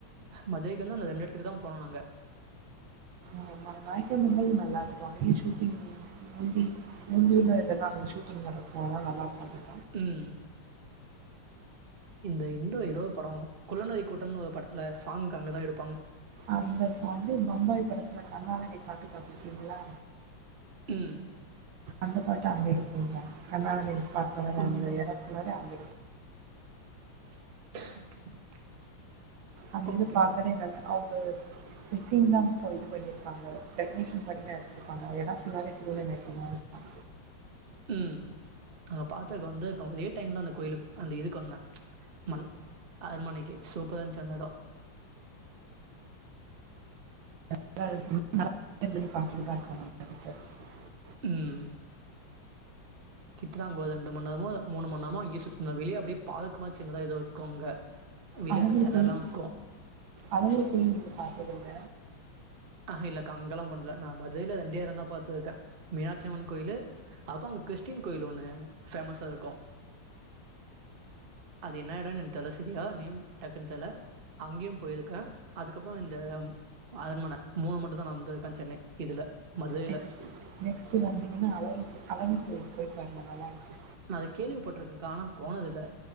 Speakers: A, on the right; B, on the right.
A: மதுரைக்கு வந்து அந்த ரெண்டு இடத்துக்கு தா போன நாங்க
B: ஆமா நாயக்கர் மஹாலு நல்லா இருக்கு அங்கேயே ஷூட்டிங் ஊந்தி ஊந்தியில இதெல்லா அங்க ஷூட்டிங் நடக்கு நல்லா இருக்கு அது
A: ம் இந்த இந்தோ ஏதோ படோ குள்ளநறி கூட்டம்னு ஒரு படத்துல சாங் அங்கதா எடு
B: அந்த சாங்கு பம்பாய் படத்துல கண்ணாலனே பாட்டு பாத்திருக்கீங்களா?
A: ம்.
B: அந்த பாட்டு அங்க எடுத்ததுதா கண்ணாலனே பா அதுல
A: ஓ!
B: அந்த எடோ ஃபுல்லாவே அங்க
A: <inaudible>
B: அந்த
A: ஓகேக்கா.
B: இது பாக்கவே‌‌ நல்ல அவங்க செ செட்டிங்தான் இப்போ இது பண்ணிருப்பாங்க. டெக்கரேஷன் பண்ணிதா எடுத்திருப்பாங்க அது எடோ ஃபுல்லாவே திருமலைநாயக்கர் மஹால்தா.
A: ம் அங்க பாத்திருக்க வந்திருக்க ஒரே இதே டைம்தா அந்த கோயிலுக்கு அந்த இதுக்கு வந்தே மண் அரண்மனைக்கி சூ ப்பரா இருந்துச்சு அந்த எடோ
B: <inaudible>
A: ம் <unintelligible> ரெண்டு மண் நேரமோ மூணு மணி நேரமோ அங்கயே சுத்தினு இருந்தே வெளிய அப்பிடியே பார்க் மாரி சின்னதா எதோ இருக்கு அங்க. வெளிய
B: அழகர்
A: அந்த செலல்லா
B: கோயில்
A: இருக்கு
B: அழகர் கோயில் நீங்க பாத்தது இல்ல
A: ஆஹ இல்லக்கா அங்கல்லா போனதில்ல நா மதுரைல ரெண்டே எடந்தா பாத்துருக்கே. மீனாட்சியம்மன் கோயிலு அப்பறோ அங்க கிறிஸ்டின் கோயில் ஒண்ணு ஃபேமஸா இருக்கு அது என்ன எடோன்னு என தலசேரியா நேம் டக்குன்னு தெர்ல அங்கயு போயிருக்கே அதுக்கப்புறோ இந்த ம் அரண்மன மூணு மட்டுந்தா நா வந்து <unintelligible> இதுல மதுரைல
B: நெக்ஸ்ட் நெக்ஸ்ட்டு வந்தீங்கன்னா அழகர் கோயில் அழகர் கோயிலுக்கு போய் பாருங்க நல்லா இருக்கு
A: நா அது கேள்விப்பட்டிருக்கேங்க்கா ஆனா போனதில்ல